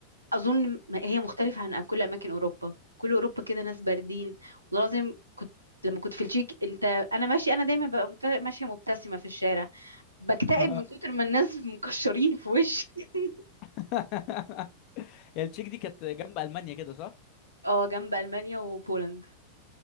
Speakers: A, on the right (about 85°); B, on the left (about 40°).
A: أظن ما- هي مختلفة عن كل أماكن أوروبا كل أوروبا كده ناس باردين وده لازم كنت لما كنت في التشيك أنت أنا ماشي أنا دايما ببقى مبت- ماشية مبتسمة في الشارع بكتئب
B: اه
A: من كتر ما الناس <laughs> مكشرين في وشي <laughs>
B: <laughs> هي التشيك دي كانت جنب المانيا كده صح
A: اه جنب ألمانيا وبولند